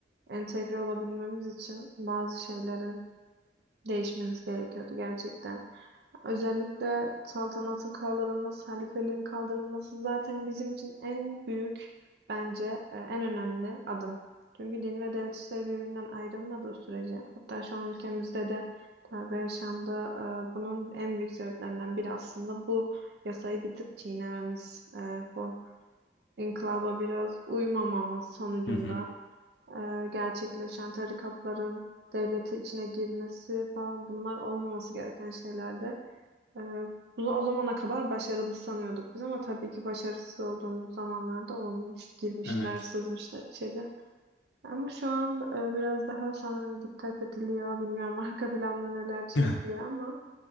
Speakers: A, on the right (about 65°); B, on the left (about 90°).
A: entegre olabilmemiz için bazı şeylerin değişmesi gerekiyordu gerçekten. Özellikle saltanatın kaldırılması, halifeliğin kaldırılması zaten bizim için en büyük bence e, en önemli adım. Çünkü din ve devlet işleri birbirinden ayrılmadığı sürece hatta şu an ülkemizde de darbe yaşandı. E, Bunun en büyük sebeplerinden biri aslında bu yasayı bir tık çiğnememiz, e, bu inkılaba biraz uymamamız sonucunda
B: Hı hı.
A: e, gerçekleşen tarikatların devlete içine girmesi falan bunlar olmaması gereken şeylerdi. Ee, bunu o zamana kadar başarılı sanıyorduk biz ama tabii ki başarısız olduğumuz zamanlarda olmuş. Girmişler,
B: Evet.
A: sızmışlar içeri. Ama şu an e, biraz daha sanırım dikkat ediliyor. Bilmiyorum <laughs> arka planda neler çevriliyor
B: <laughs>
A: ama